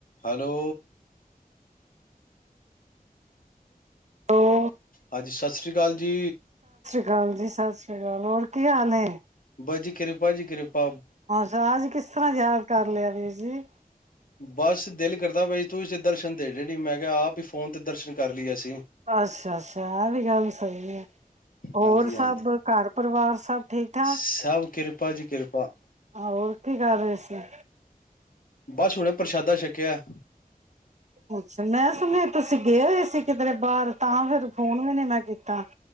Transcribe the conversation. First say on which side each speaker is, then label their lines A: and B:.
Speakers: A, on the left; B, on the right.
A: Hello.
B: Hello,
A: ਹਾਂਜੀ ਸਤਿ ਸ਼੍ਰੀ ਅਕਾਲ ਜੀ
B: ਕਾਲ ਜੀ ਸਤਿ ਸ੍ਰੀ ਅਕਾਲ। ਹੋਰ ਕੀ ਹਾਲ ਹੈ।
A: ਬੱਸ ਜੀ ਕਿਰਪਾ ਜੀ ਕਿਰਪਾ ਪਾ।
B: ਆਜ ਕਿਸ ਤਰ੍ਹਾਂ ਯਾਦ ਕਰ ਲਿਆ ਵੀਰ ਜੀ।
A: ਬਸ ਦਿਲ ਕਰਦਾ ਬਾਈ ਤੁਸੀਂ ਤੇ ਦਰਸ਼ਨ ਦੇ ਨੀ ਮੈਂ ਕਿਹਾ ਆਪ ਹੀ ਫੋਨ ਤੇ ਦਰਸ਼ਨ ਕਰ ਲਈ ਏਸੀਂ
B: ਅੱਛਾ ਅੱਛਾ ਐਹ ਵੀ ਗੱਲ ਸਹੀ ਆ ਹੋਰ
A: ਹਾਂਜੀ-ਹਾਂਜੀ,
B: ਸਭ ਘਰ ਪਰਿਵਾਰ ਸਭ ਠੀਕ ਠਾਕ।
A: ਸਭ ਕਿਰਪਾ ਜੀ ਕਿਰਪਾ
B: ਹੋਰ ਕੀ ਕਰ ਰਹੇ ਸੀ।
A: ਬਸ ਹੁਣੇ ਪ੍ਰਸ਼ਾਦਾ ਛਕਿਆ।
B: ਅੱਛਾ, ਮੈਂ ਸੁਣਿਆ ਤੁਸੀਂ ਗਏ ਹੋਏ ਸੀ ਕਿਧਰੇ ਬਾਹਰ ਤਾਂ ਫਿਰ ਫੋਨ ਵੀ ਨਹੀਂ ਮੈਂ ਕੀਤਾ।